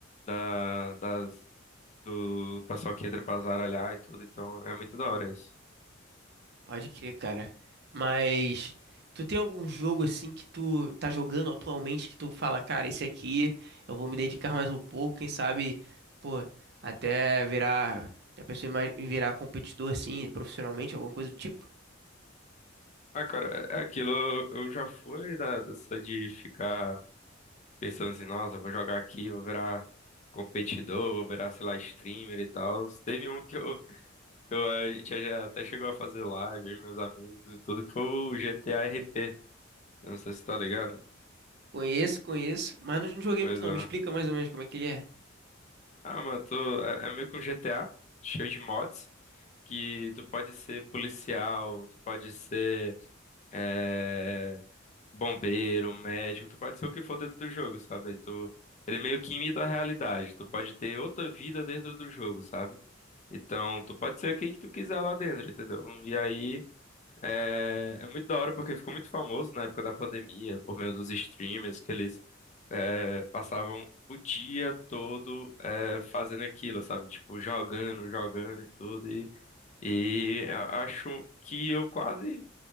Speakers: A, on the left; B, on the right.
A: da, das, do pessoal que entra pra zaralhar e tudo, então é muito da hora isso.
B: Pode crer, cara. Mas tu tem algum jogo assim que tu tá jogando atualmente que tu fala, cara, esse aqui eu vou me dedicar mais um pouco, quem sabe, pô, até virar, já pensou em mais- em virar competidor assim, profissionalmente, alguma coisa do tipo?
A: Ah, cara, é aquilo, eu, eu já fui da, dessa de ficar pensando assim, nossa, eu vou jogar aqui, vou virar competidor, vou virar, sei lá, streamer e tal. Teve um que eu, Eu, a gente já até chegou a fazer live, eu e meus amigos e tudo, que foi o GTA RP. Eu não sei se tá ligado.
B: Conheço, conheço, mas não não joguei
A: Pois
B: muito não.
A: é.
B: Me explica mais ou menos como é que ele é.
A: Ah, mano, tu, é, é meio que um GTA, cheio de mods, que tu pode ser policial, tu pode ser é, bombeiro, médico, tu pode ser o que for dentro do jogo, sabe? Tu, ele meio que imita a realidade, tu pode ter outra vida dentro do jogo, sabe? Então, tu pode ser quem que tu quiser lá dentro, entendeu? E aí. É, é muito da hora porque ficou muito famoso na época da pandemia, por meio dos streamers, que eles é, passavam o dia todo é, fazendo aquilo, sabe? Tipo, jogando, jogando e tudo. E, e a- acho que eu quase,